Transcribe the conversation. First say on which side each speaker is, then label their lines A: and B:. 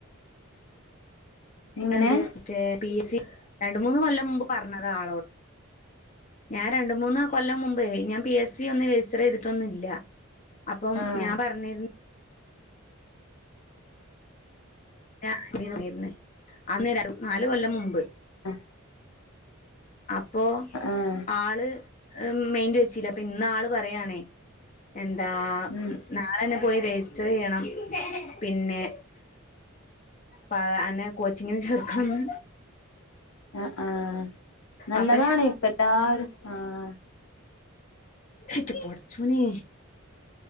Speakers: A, on the left (about 75°); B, on the left (about 35°).
A: എങ്ങനെ
B: ണ്ട് മറ്റേ പി എ സി രണ്ട് മൂന്ന് കൊല്ലം മുമ്പ് പറഞ്ഞതാ ആളോട് ഞാൻ രണ്ട് മൂന്ന് കൊല്ലം മുമ്പേ ഞാൻ പി എസ് സി ഒന്നും രജിസ്റ്റർ ചെയ്തിട്ടൊന്നുല്ല അപ്പം
A: ആഹ്
B: ഞാൻ പറഞ്ഞി <unintelligible> നാല് കൊല്ലം മുമ്പ്
A: ആഹ്
B: അപ്പോ
A: ആഹ്
B: ആള് മെയിന്റ് വെച്ചില്ല അപ്പൊ ഇന്ന് ആള് പറയണേ എന്താ
A: ഉം
B: നാളെന്നെ പോയി രജിസ്റ്റർ ചെയ്യണം പിന്നെ പ അന്നെ കോച്ചിങ്ങ്ന് ചേർക്കണം
A: ആഹ് ആഹ് നല്ലതാണ്
B: അപ്പൊ
A: ഇപ്പം എല്ലാരും ആഹ്
B: അയിൻ്റെ പടച്ചോനെ